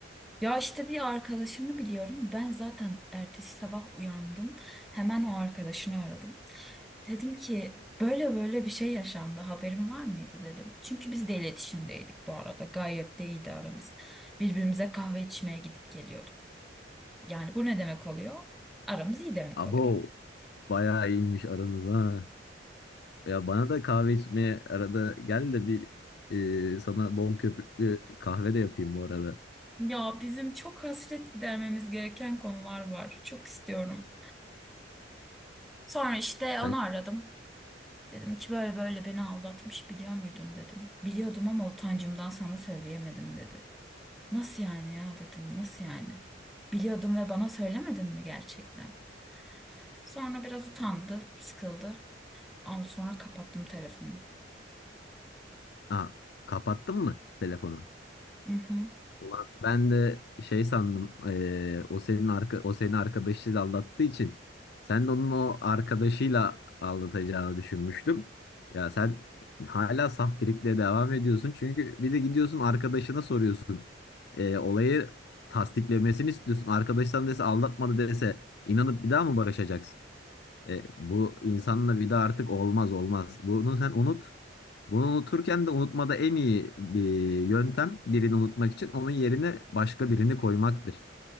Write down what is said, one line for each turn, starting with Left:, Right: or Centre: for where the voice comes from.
Centre: Ya işte bir arkadaşımı biliyorum. Ben zaten ertesi sabah uyandım. Hemen o arkadaşını aradım. Dedim ki böyle böyle bir şey yaşandı. Haberin var mıydı dedim. Çünkü biz de iletişimdeydik bu arada. Gayet de iyiydi aramız. Birbirimize kahve içmeye gidip geliyorduk. Yani bu ne demek oluyor? Aramız iyi demek
Left: Abo
Centre: oluyor.
Left: bayağı iyiymiş aranız ha. Ya bana da kahve içmeye arada gel de bir e, sana bol köpüklü kahve de yapayım bu arada.
Centre: Ya bizim çok hasret gidermemiz gereken konular var. Çok istiyorum. Sonra işte
Left: Sen
Centre: onu aradım. Dedim ki böyle böyle beni aldatmış biliyor muydun dedim. Biliyordum ama utancımdan sana söyleyemedim dedi. Nasıl yani ya dedim nasıl yani? Biliyordum ve bana söylemedin mi gerçekten? Sonra biraz utandı, sıkıldı. Ondan sonra kapattım telefonu.
Left: Aa, kapattın mı telefonu?
Centre: Hı hı.
Left: Ulan ben de şey sandım e, o senin arka o senin arkadaşıyla aldattığı için sen de onun o arkadaşıyla aldatacağını düşünmüştüm. Ya sen hala saf trikle devam ediyorsun çünkü bir de gidiyorsun arkadaşına soruyorsun. E, olayı tasdiklemesini istiyorsun. Arkadaştan dese aldatmadı dese inanıp bir daha mı barışacaksın? E, bu insanla vida artık olmaz olmaz. Bunu sen unut. Bunu unuturken de unutmada en iyi bir yöntem birini unutmak için onun yerine başka birini koymaktır.